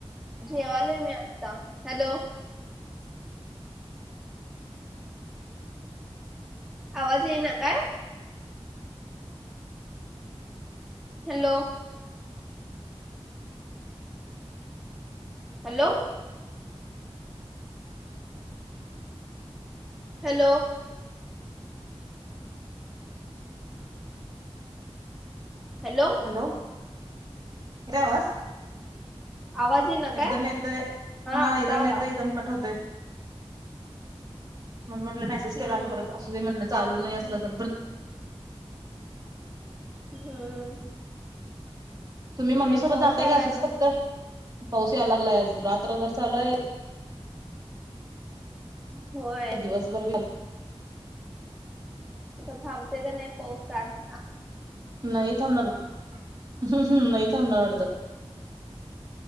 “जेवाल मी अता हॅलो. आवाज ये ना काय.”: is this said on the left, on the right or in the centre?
Centre